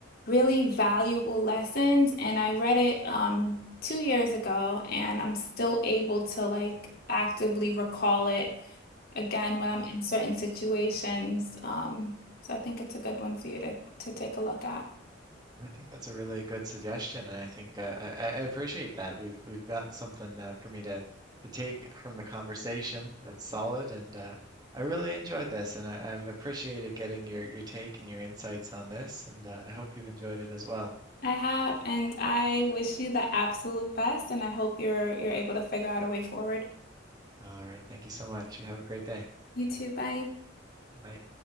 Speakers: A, on the left; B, on the right.
A: really valuable lessons and I read it um two years ago and I'm still able to like actively recall it again when I'm
B: really
A: in certain situations. Um, so I think it's a good one for you to to take a look at.
B: Well, I think that's a really good suggestion, and I think uh, I, I I appreciate that. We've we've gotten something uh, for me to to take from the conversation that's solid, and uh, I really enjoyed this, and I, I've appreciated getting your your take and your insights on this, and uh, I hope you've enjoyed it as well.
A: I have, and I wish you the absolute best, and I hope you're you're able to figure out a way forward.
B: All right, thank you so much. You have a great day.
A: You too, bye.
B: Bye.